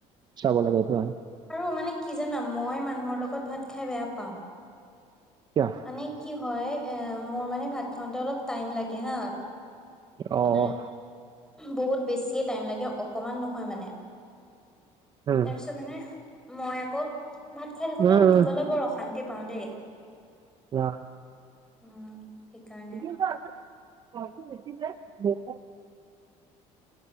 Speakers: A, on the right; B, in the centre.
A: চাব লাগে সেইটো হয়
B: আৰু মানে কি জানা মই মানুহৰ লগত ভাত খাই বেয়া পাওঁ
A: কিয়
B: মানে কি হয় এ মোৰ মানে ভাত খাওঁতে অলপ টাইম লাগে হা
A: অহ
B: মানে বহুত বেছিয়ে টাইম লাগে অকমান নহয় মানে
A: উম
B: তাৰপিছত মানে মই আকৌ ভাত খাই থাকোতে
A: উম
B: উঠি
A: উম
B: গলে বৰ অশান্তি পাওঁ দেই
A: আহ
B: উম সেইকাৰণে
A: <unintelligible>